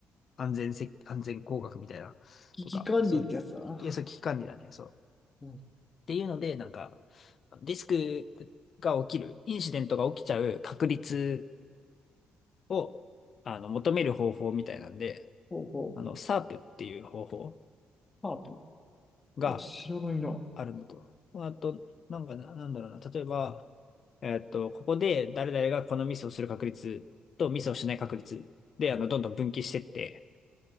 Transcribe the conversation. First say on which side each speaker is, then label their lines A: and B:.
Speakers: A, on the left (about 50°); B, on the left (about 25°).
A: 安全せ、安全工学みたいな、
B: 危機管理ってやつだな。
A: とか、そういう、いや、そう危機管理だね、そう。っ
B: うん。
A: ていうので、なんか、ディスクが起きる、インシデントが起きちゃう確率を、あの、求める方法みたいなんで、
B: ほうほう。
A: あの、サ a っていう方法
B: パープ。
A: が
B: お、白の色。
A: あるのと。まあと、なんかな、なんだろうな、例えば、えっと、ここで誰々がこのミスをする確率とミスをしない確率で、あの、どんどん分岐してって、